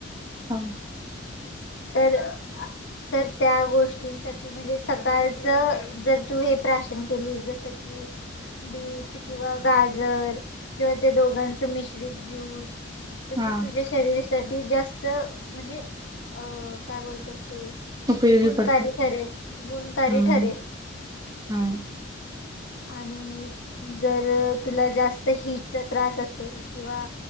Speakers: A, on the right; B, on the left.
A: हा.
B: तर, तर त्या गोष्टींसाठी म्हणजे सकाळच जर तू हे प्राशन केलीस जस की, बीट किंवा गाजर किंवा ते दोघांच मिश्रित ज्यू स. तर
A: हा
B: ते तुझ्या शरीरासाठी जास्त म्हणजे अ काय बोलतात ते
A: उपयोगी
B: गुणकारी
A: पडतो
B: ठरेल. गुणकारी
A: हम्म
B: ठरेल
A: हां.
B: आणि जर तुला जास्त हिटचा त्रास असेल किंवा